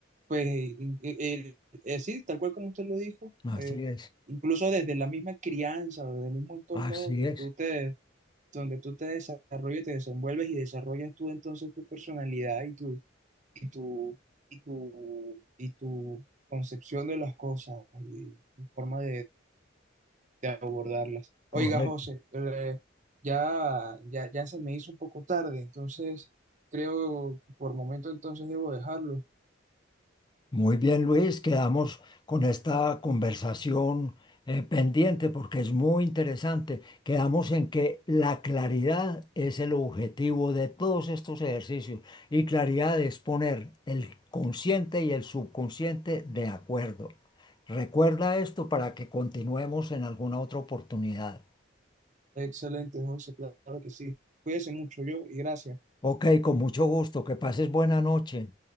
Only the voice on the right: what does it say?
pues, in- el, eh, sí, tal cual como usted lo dijo,
eh,
incluso desde la misma crianza, desde el mismo entorno
donde
tú te, donde tú te desarrollas, te desenvuelves y desarrollas tú entonces tu personalidad y tu, y tu, y tu, y tu concepción de las cosas y tu forma de abordarlas.
Oiga, José, eh, ya, ya, ya se me hizo un poco tarde, entonces creo que por momento entonces debo dejarlo.
Excelente, José, claro que sí. Cuídese mucho yo y gracias.